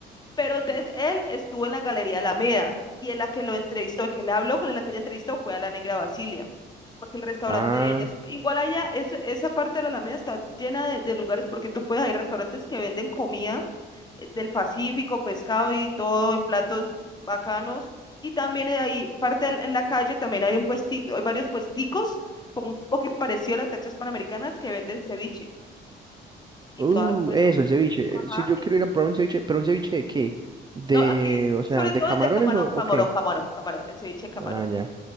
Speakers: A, on the left; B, on the right.
A: pero entonces él estuvo en la Galería Alameda y en la que lo entrevistó, que le habló con la que ella entrevistó fue a la Negra Basilia, porque el restaurante
B: Ah,
A: de ella, sup- igual allá, es- esa parte de la Alameda está llena de, de lugares porque tú puedes, hay restaurantes que venden comida eh, del Pacífico, pescado y todo, y platos bacanos. Y también hay parte del- en la calle, también hay un puestico, hay varios puesticos, como un poquito parecido a las canchas panamericanas, que venden ceviche. Y
B: uh,
A: todas pues
B: eso,
A: son,
B: el ceviche.
A: ajá,
B: Eh, Si yo quiero ir a probar un ceviche, pero un ceviche de qué? De,
A: No, aquí,
B: o sea,
A: sobre
B: ¿de
A: todo
B: camarones
A: es de camarón,
B: o, o
A: camarón,
B: qué?
A: camarón, camarón, el ceviche de camarón.
B: Ah, ya.